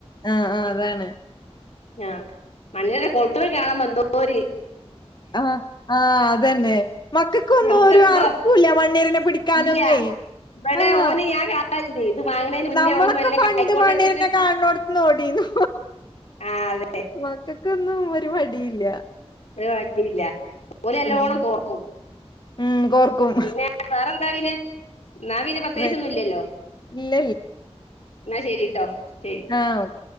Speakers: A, on the left; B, on the left.
A: ആ ആ അതാണ്
B: ആ മണ്ണിര കൊളത്തിൽ കാണുമ്പോ കോരി
A: ആ ആ അതന്നെ മക്കൾക്കൊന്നും
B: നമുക്ക്
A: ഒരു
B: എന്തോ
A: അറപ്പൂല്ല മണ്ണിരനെ പിടിക്കാനൊന്നേ
B: ഇല്ല ഇവിടെ
A: ആഹ്
B: ഓന് <unintelligible> വാങ്ങണതിന് മുന്നേ
A: നമ്മളൊക്കെ
B: ഓന് വല്ല
A: പണ്ട്
B: കൈക്കോട്ട്
A: പണിന്നെ
B: എടുത്തിട്ട്
A: കാണോടുത്ത്ഓടയിന്ന്
B: ആ അതെ
A: മക്കള്ക്ക് ഒന്നും. ഒരു മടിയില്ലാ.
B: ഒരു മടില്ല ഓല് നല്ലോണം
A: ഉം
B: കോർ ക്കും.
A: ഉം കോർക്കും
B: പിന്നെ വേറെ എന്താറിണേ ന്നാ പിന്നെ പ്രതേകിച്ചു
A: വേ-
B: ഒന്നും ഇല്ലല്ലോ
A: ഇല്ല
B: ന്നാ ശരിട്ടോ. ശരി
A: ആഹ്‌ ഓക്കേ.